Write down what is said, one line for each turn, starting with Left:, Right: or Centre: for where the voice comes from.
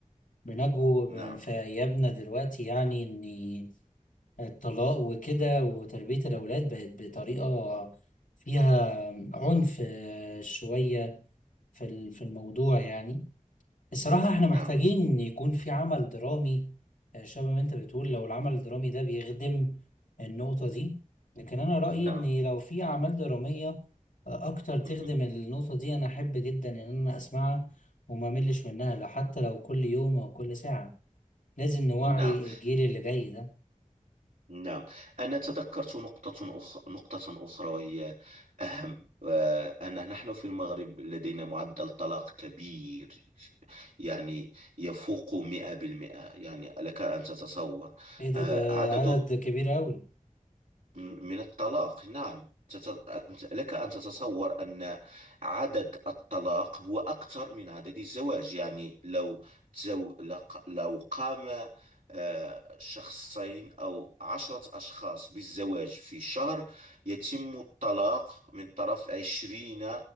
Left: بنجو
Right: نعم
Left: في أيامنا دلوقتي يعني إن الطلاق وكده وتربية الأولاد بقت بطريقة فيها عنف آه، شوية في ال- في الموضوع يعني الصراحة إحنا محتاجين
Right: نعم
Left: إن يكون في عمل درامي آه، شبه ما أنت بتقول لو العمل الدرامي ده بيخدم النقطة دي لكن أنا رأيي
Right: نعم
Left: إن لو في أعمال درامية آه، أكتر تخدم
Right: نعم
Left: النقطة دي أنا أحب جدا إن أنا أسمعها وما ملش منها لو حتى لو كل يوم أو كل ساعة لازم نوعي
Right: نعم.
Left: الجيل اللي جاي ده
Right: نعم أنا تذكرت نقطة أخرى نقطة أخرى وهي أهم آه، أن نحن في المغرب لدينا معدل طلاق كبير يعني يفوق 100% يعني لك أن تتصور
Left: ايه ده
Right: آه،
Left: ده
Right: عدد
Left: عدد كبير قوي
Right: م- من الطلاق نعم تت- أنت- لك أن تتصور أن عدد الطلاق هو أكثر من عدد الزواج يعني لو تزو... لق- لو قام آه، شخصين أو عشرة أشخاص بالزواج في شهر يتم الطلاق من طرف عشرين